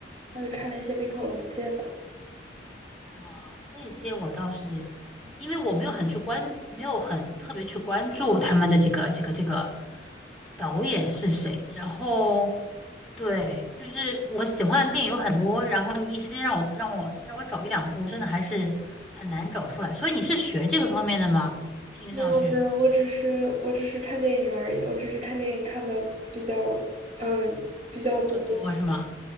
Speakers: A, on the right; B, in the centre.
A: 然后就看了一些冰口龙介吧。
B: 啊，这些我倒是，因为我没有很去关，没有很特别去关注他们的这个这个这个导演是谁。然后对，就是我喜欢的电影有很多，然后你一时间让我让我让我找一两部，真的还是很难找出来。所以你是学这个方面的吗？听上去
A: 没有没有，我只是我只是看电影而已，我只是看电影看的比较嗯、比较多。
B: 比较多是吗？